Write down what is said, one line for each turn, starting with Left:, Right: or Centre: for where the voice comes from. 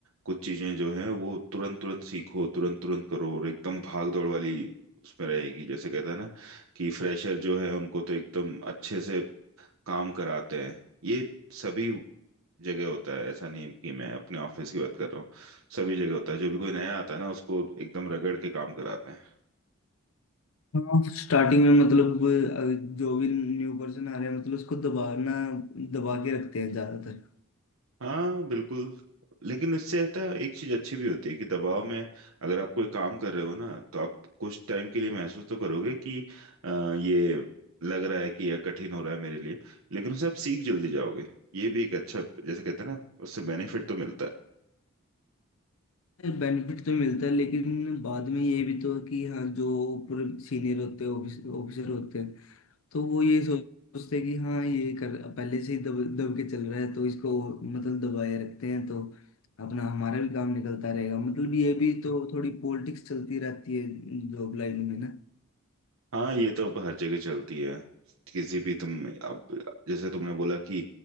Right: कुछ चीजें जो हैं वो तुरंत तुरंत सीखो तुरंत तुरंत करो और एकदम भाग दौड़ वाली उसमें रहेगी जैसे कहते हैं ना कि फ्रेशर जो है उनको तो एकदम अच्छे से काम कराते हैं ये सभी जगह होता है ऐसा नहीं कि मैं अपने ऑफिस की बात कर रहा हूँ सभी जगह होता है जो भी कोई नया आता है ना उसको एकदम रगड़ के काम कराते हैं
Left: हाँ स्टार्टिंग में मतलब अ, जो भी न्यू पर्सन आ रहे हैं मतलब उसको दबाना दबा के रखते हैं ज्यादातर
Right: हाँ बिल्कुल लेकिन इससे रहता है एक चीज अच्छी भी होती है कि दबाव में अगर आप कोई काम कर रहे हो ना तो आप कुछ टाइम के लिए महसूस तो करोगे कि अ, ये लग रहा है कि यह कठिन हो रहा है मेरे लिए लेकिन उससे आप सीख जल्दी जाओगे ये भी एक अच्छा जैसे कहते हैं ना उससे बेनिफिट तो मिलता है
Left: बेनिफिट तो मिलता है लेकिन बाद में ये भी तो है कि हाँ जो ऊपर सीनियर होते हैं ऑफिसर होते हैं तो वो ये सोचते हैं कि हाँ ये कर पहले से ही दब दब के चल रहा है तो इसको मतलब दबाए रखते हैं तो अपना हमारा भी काम निकलता रहेगा मतलब ये भी तो थोड़ी पॉलिटिक्स चलती रहती है जॉब लाइन में ना
Right: हाँ ये तो अब हर जगह चलती है किसी भी तुम अब जैसे तुमने बोला कि